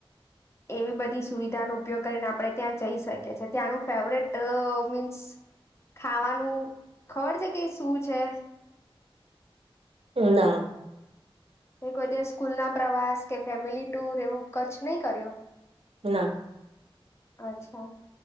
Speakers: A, on the left; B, on the right.
A: એવી બધી સુવિધાનો ઉપયોગ કરીને આપણે ત્યાં જઈ શકીએ છીએ ત્યાંનું ફેવરેટ મીન્સ ખાવાનું ખબર છે કે શું છે?
B: ઉ ના.
A: તો કોઈ દિવસ સ્કૂલના પ્રવાસ કે ફેમિલી ટુર એવું કચ્છ નહીં કર્યો?
B: ના.
A: અચ્છા